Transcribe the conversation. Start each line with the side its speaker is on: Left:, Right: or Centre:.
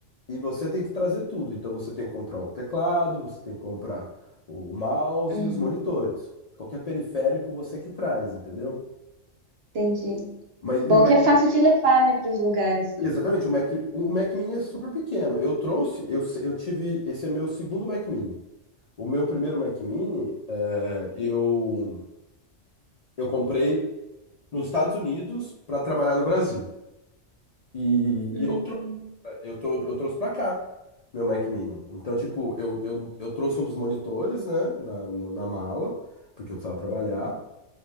Left: e você tem que trazer tudo. Então você tem que comprar o teclado, você tem que comprar o mouse
Right: Uhum,
Left: e os monitores. Qualquer periférico você que traz, entendeu?
Right: entendi.
Left: Mas
Right: Bom
Left: e o Mac,
Right: que é fácil de levar, né, para os lugares.
Left: exatamente, o Mac, o Mac Mini é super pequeno. Eu trouxe, eu, eu tive, esse é meu segundo Mac Mini. O meu primeiro Mac Mini, é, eu eu comprei nos Estados Unidos para trabalhar no Brasil. E,
Right: Hum.
Left: e eu, trou eu, tô, eu trouxe para cá meu Mac Mini. Então, tipo, eu, eu, eu trouxe um dos monitores, né, na, na, na mala, porque eu precisava trabalhar,